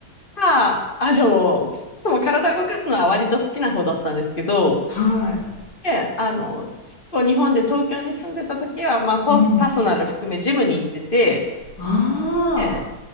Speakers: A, on the left; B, on the left.
A: まあ、あの、いつも体動かすのは割と好きな方だったんですけど、
B: はい。
A: で、あの、そう日本で東京に住んでた時は、まあ、ポスパーソナル含めジムに行ってて、
B: うん。ああ、
A: で、